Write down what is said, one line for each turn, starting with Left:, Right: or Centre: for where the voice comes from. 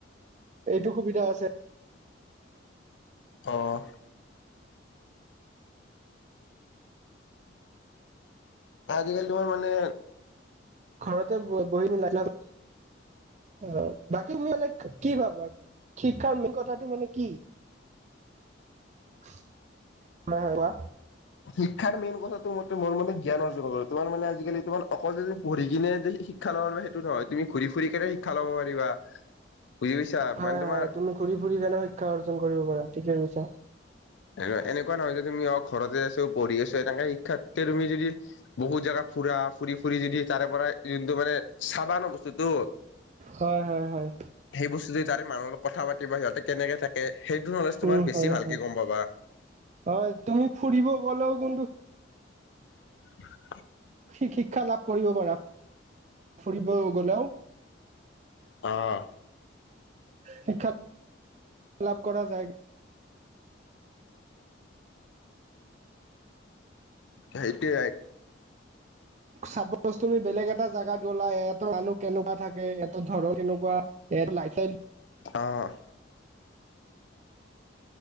Right: এইটো সুবিধা আছে।
Left: অঁ। আজিকালি তোমাৰ মানে
Right: ঘৰতে ব বহি পেলাই ক্লাছত, অঁ বাকী মানে কি ভাবা? শিক্ষাৰ মেইন কথাটো মানে কি হয় কোৱা?
Left: শিক্ষাৰ মেইন কথাটো মতে মোৰ মানে জ্ঞান অৰ্জন কৰা, তোমাৰ মানে আজিকালি তোমাৰ অকল পঢ়ি কিনে যে শিক্ষা ল'ব পাৰিবা সেইটো নহয়, তুমি ঘূৰি ফুৰি কেনে শিক্ষা ল'ব পাৰিবা বুজি পাইছা
Right: হয়
Left: মানে তোমাৰ
Right: হয়, তুমি ঘূৰি ফুৰি কেনেও শিক্ষা অৰ্জন কৰিব পাৰা। ঠিকেই কৈছা।
Left: এনে এনেকুৱা নহয় যে তুমি অঁ ঘৰতে আছো পঢ়ি আছো এনেকা শিক্ষাতকে তুমি যদি বহুত জেগা ফুৰা, ফুৰি ফুৰি যদি তাৰে পৰা যোনটো মানে চাবা ন ব বস্তুটো,
Right: হয় হয় হয়
Left: সেই বস্তুটো তাৰে মানুহ লগ কথা পাতিব সিহঁতে কেনেকে থাক এ সেইটো নলেজ তুমাৰ
Right: উম
Left: বেছি
Right: হয়
Left: ভালকে
Right: হয়
Left: গম পাবা।
Right: হয় তুমি ফুৰিব গ'লেও কোনটো
Left: <inaudible>
Right: শিক্ষা লাভ কৰিব পাৰা ফুৰিব গ'লেও
Left: অ'
Right: শিক্ষা লাভ কৰা যায়
Left: সেইটোৱে
Right: চাপজ তুমি বেলেগ এটা জেগাত গ'লা <unintelligible> মানুহ কেনেকুৱা থাকে এ সেহেতৰ ধৰক কেনেকুৱা এটা লাইফ ষ্টাইল
Left: অ'